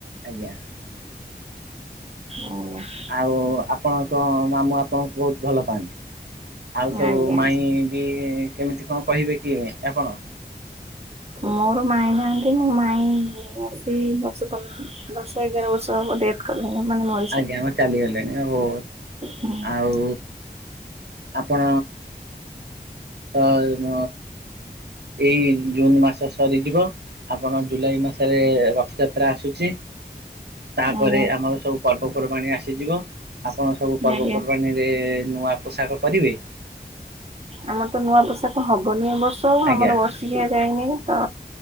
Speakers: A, on the right (about 80°); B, on the right (about 40°).
A: ଆଜ୍ଞା।
B: ଆଜ୍ଞା
A: ଆଉ ଆପଣଙ୍କ ମାମୁଁ ଆପଣଙ୍କୁ ବହୁତ ଭଲ ପାଆନ୍ତି? ଆଉ ସବୁ
B: ଆଜ୍ଞା
A: ମାଇଁ ବି କେମିତି କଣ କହିବେ କି ଆପଣ?
B: ମୋର ମାଇଁ ନାହାନ୍ତି ମୋ ମାଇଁ ସେ ଦଶ ପନ୍ଦ ଦଶ ଏଗାର ବର୍ଷ ହବ ଡେଥ କଲେଣି ମାନେ ମରି
A: ଆଜ୍ଞା ଓ ଚାଲିଗଲେଣି ଓହୋ
B: ହୁଁ
A: ଆଉ ଆପଣ ତ ମ ଏଇ ଜୁନ ମାସ ସରିଯିବ ଆପଣ ଜୁଲାଇ ମାସରେ ରଥଯାତ୍ରା ଆସୁଚି। ତାପରେ
B: ଆଜ୍ଞା
A: ଆମର ସବୁ ପର୍ବପର୍ବାଣି ଆସିଯିବ ଆପଣ ସବୁ ପର୍ବପର୍ବାଣିରେ
B: ଆଜ୍ଞା
A: ନୂଆ ପୋଷାକ କରିବେ।
B: ଆମର ତ ନୂଆ ପୋଷାକ ହବନି ଏ ବର୍ଷ
A: ଆଜ୍ଞା
B: ଆମର ବର୍ଷ କିୟା ଯାଇନି ବା